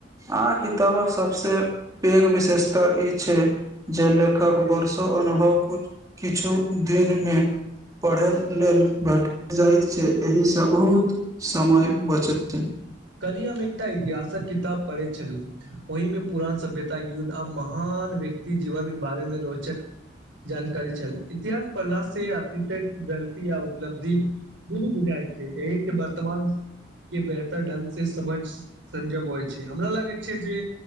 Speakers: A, on the right; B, on the right.
A: आ किताबक सबस पैघ विशेषता ई छै जे लेखक बरसो अनुभव किछु दिनमे पढ़य लेल भेट जाइत छै एहिसँ बहुत समय बचैत छै
B: कली हममे एकटा इतिहासक किताब पढ़ैत छलू ओहिमे पुरान सभ्यता युद्ध आ महान व्यक्ति जीवन बारेमे रोचक जानकारी चल इतिहास पढ़ला से तक गलती आ उपलब्धि दूनु बुझाइत छै एहिसँ वर्तमान के बेहतर ढंग से समझ संजब होइ छै हमरा लागै छै जे